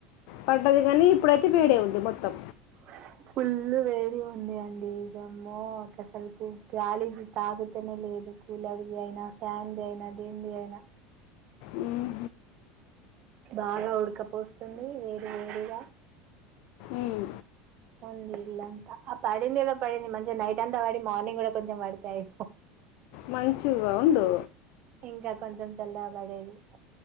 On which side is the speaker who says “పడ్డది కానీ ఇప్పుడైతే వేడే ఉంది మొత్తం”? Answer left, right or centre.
Left